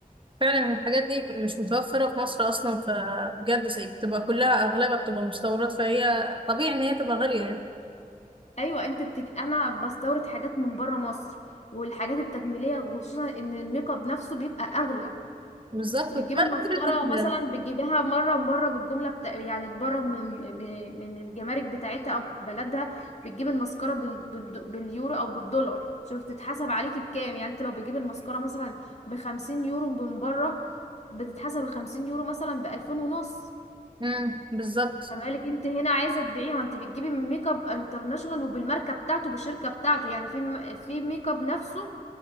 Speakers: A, on the right; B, on the left.
A: فعلا الحاجات دي مش متوفرة في مصر أصلا فبجد زي- بتبقى كلها أغلبها بتبقى مستوردات فهي طبيعي إن هي تبقى غالية يعني
B: ايوه انت بتج... انا بستورد حاجات من بره مصر والحاجات التجميليه وخصوصا ان الميك اب نفسه بيبقى اغلى
A: بالظبط
B: انت
A: وكمان
B: بتجيبي المسطرة
A: فكرة إن
B: مثلا بتجيبيها مرة مرة بالجملة بتاع يعني بره من من من الجمارك بتاعتها او من بلدها بتجيبي المسكرة بال... بالد- باليورو او بالدولار شوف تتحسب عليكي بكام يعني انت لو بتجيبي المسكرة مثلا بخمسين يورو من بره بتتحسب الخمسين يورو مثلا بألفين ونص
A: مم، بالظبط
B: فبقالك انت هنا عايزة تبيعيها وانت بتجيبي من ميك اب انترناشونال وبالماركة بتاعته بالشركة بتاعته يعني في م- في ميك اب نفسه